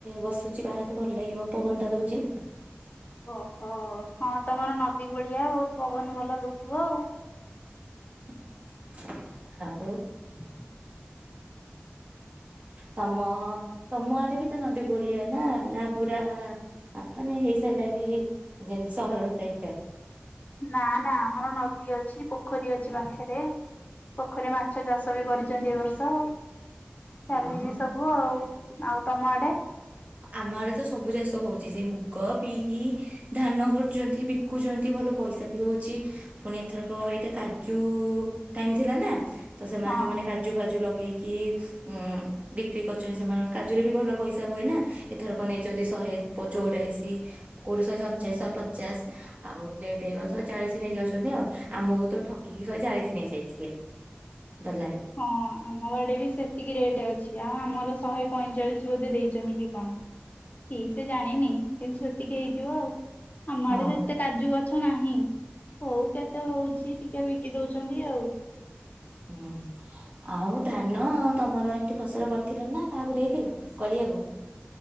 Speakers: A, on the right (about 35°); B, on the left (about 40°).
A: ବସୁଛି ବାହାରେ ଭଲ ଲାଗିବ ପବନ ଟା ଦଉଛି ନା।
B: ଓହୋଓ ହଁ ତମର ନ ସେଇ ଭଳିଆ ଆଉ। ପବନ ଭଲ ଦଉଥିବ ଆଉ।
A: <unintelligible>
B: <inaudible>
A: ତମ ତମ ଆଡେ ବି ତ ନଦୀ ପଡିିବ ନା ନା ପୁରା ମାନେ ହେଇ ସାରିଲାଣି ଯେମିତି ସହର ଟାଇପ ଟା।
B: ନା ନା ଆମର ନଦୀ ଅଛି ପୋଖରୀ ଅଛି ପାଖରେ ପୋଖରୀରେ ମାଛ ଚାଷ ବି କରିଛନ୍ତି ଏ ବର୍ଷ। ଚାଲିଛି
A: ହଁ
B: ସବୁ ଆଉ ଆଉ ତମ ଆଡେ?
A: ଆମ ଆଡେ ତ ସବୁ ଚାଷ ହଉଛି ସେ ମୁଗ ବିରି ଧାନ କରୁଛନ୍ତି ବିକୁଛନ୍ତି ଭଲ ପଇସା ବି ହଉଛି ପୁଣି ଏଥରକ ଏଇଟା କାଜୁ ଟାଇମ ଥିଲା ନା। ତ ସେମାନେ
B: ହଁ।
A: ଯୋଉମାନେ କାଜୁ ଫାଜୁ ଲଗେଇ କି ଉଁ ବିକ୍ରି କରୁଛନ୍ତି ସେମାନଙ୍କ କାଜୁରେ ବି ଭଲ ପଇସା ହୁଏ ନା ଏଥରକ ନେଇଛନ୍ତି ଶହେଚଉରାଳିଶି କୋଉଠି ଶହେସତଚାଶି ଶହେପଚାଶ ଆଉ ରେଟ୍ ହେଇଗଲେ ଶହେ ଚାଳିଶି ନେଇଯାଉଛନ୍ତି ଆଉ ଆମକୁ ତ ଠକିକି ଶହେ ଚାଳିଶି ନେଇଯାଇଥିଲେ। ଦଲାରି
B: ହଁ ଆମ ଆଡେ ବି ସେତିକି ରେଟ୍ ଅଛି। ଆଉ ଆମର ଶହେ ପଇଁଚାଳିଶ ବୋଧେ ଦେଇଛନ୍ତି କି କଣ ଠିକ ସେ ଜାଣିନି କେମିତି ସେତିକି ହେଇଥିବ ଆଉ। ଆମଆଡେ
A: ହଁ
B: ତ ଏତେ କାଜୁ ଗଛ। ନାହିଁ କୋଉ କେତେ ହଉଛି ଟିକେ ବିକି ଦଉଛନ୍ତି ଆଉ।
A: ହୁଁ ଆଉ ଧାନ ତମର ଏମିତି ଫସଲ କରିଥିଲ ନା କାହାକୁ ଦେଇଥିଲ କରିବାକୁ।